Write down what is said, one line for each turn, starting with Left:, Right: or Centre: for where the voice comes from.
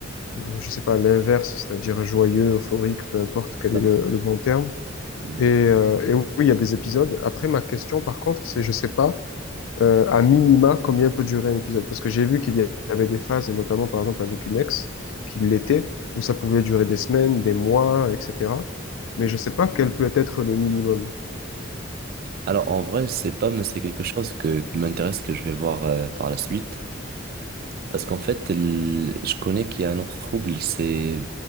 Left: je sais pas, l'inverse, c'est-à-dire joyeux, euphorique, peu importe quel
Right: <laughs> C'est ça.
Left: est le, le bon terme.
Right: Mm.
Left: Et, euh, et oui, il y a des épisodes. Après, ma question, par contre, c'est, je sais pas euh, à minima, combien peut durer un épisode? Parce que j'ai vu qu'il y avait des phases, et notamment par exemple avec une ex, qui l'était, où ça pouvait durer des semaines, des mois, etc. Mais je sais pas quel peut être le minimum.
Right: Alors, en vrai, je sais pas, mais c'est quelque chose que, qui m'intéresse, que je vais voir euh, par la suite. Parce qu'en fait, l- je connais qu'il y a un autre trouble, c'est,